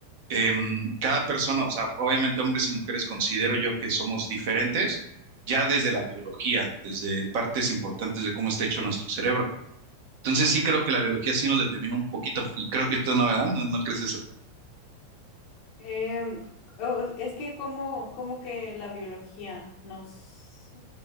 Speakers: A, on the right (about 50°); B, on the left (about 40°).
A: em, cada persona, o sea, obviamente hombres y mujeres considero yo que somos diferentes ya desde la biología, desde partes importantes de cómo está hecho nuestro cerebro. Entonces sí creo que la biología sí nos determina un poquito y creo que tú no, ¿verdad? No, no crees eso.
B: Em, o- es que como, como que la biología nos,